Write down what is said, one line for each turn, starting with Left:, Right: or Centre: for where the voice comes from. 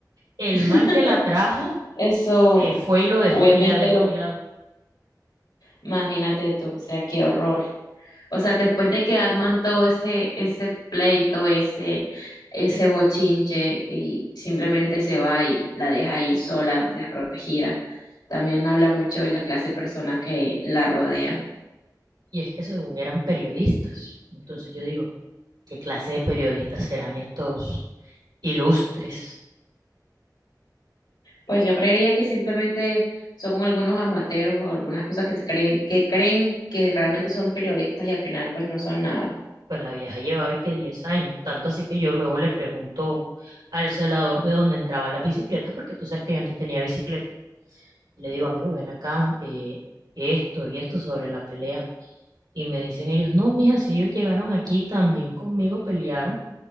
Right: El
Left: <laughs>
Right: man que la trajo
Left: Eso,
Right: se fue y, lo
Left: obviamente
Right: dejó, y la dejó
Left: lo,
Right: tirada.
Left: imagínate tú, o sea, qué horror. O sea, después de que arman todo ese, ese pleito, ese, ese bochinche, y simplemente se va y la deja ahí sola, desprotegida. También habla mucho de la clase de persona que la rodea.
Right: Y es que según eran periodistas. Entonces yo digo, ¿qué clase de periodistas serán estos ilustres?
Left: Pues yo creería que simplemente son algunos amateros o algunas cosas que se creen, que creen que realmente son periodistas y al final pues no son nada.
Right: Pues la vieja llevaba y que 10 años. Tanto así que yo luego le pregunto al celador de dónde entraban las bicicletas, porque tú sabes que yo antes tenía bicicleta. Y le digo, amigo, ven acá, eh, esto y esto sobre la pelea. Y me dicen ellos, no, mija, si ellos llegaron aquí también conmigo pelearon,